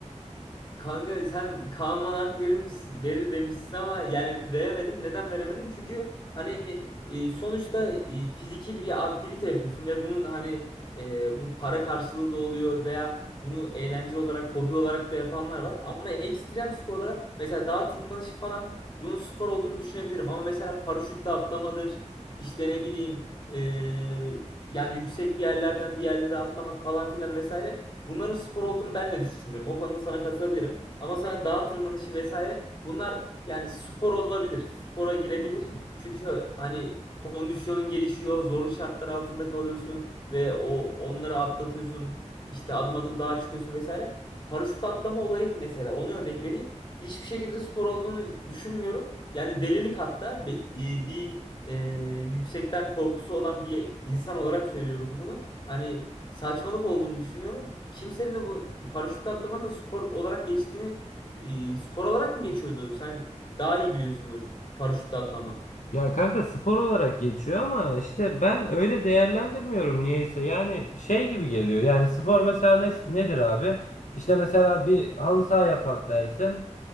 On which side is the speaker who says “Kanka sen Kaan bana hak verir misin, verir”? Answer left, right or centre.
Left